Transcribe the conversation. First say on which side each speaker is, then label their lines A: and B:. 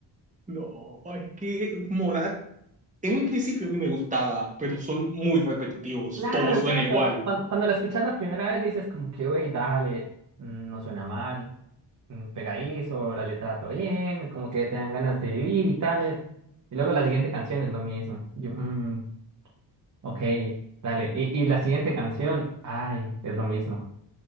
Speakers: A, on the right (about 15°); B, on the right (about 40°).
A: No, es que Morat, en un principio a mí me gustaba, pero son muy repetitivos,
B: Claro,
A: todo suena
B: exacto.
A: igual.
B: Cuando, cuando la escuchas la primera vez dices como que, güey, dale, mm, no suena mal, mm, pegadizo, la letra todo bien, como que te dan ganas de vivir y tales. Y luego la siguiente canción es lo mismo. Yo, mm, ok, dale. Y, y la siguiente canción, ay, es lo mismo.